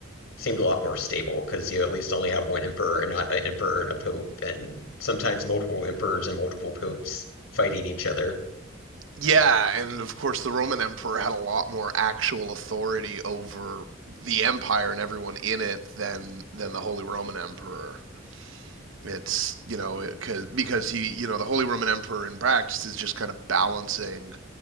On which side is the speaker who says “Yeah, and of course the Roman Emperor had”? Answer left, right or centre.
Right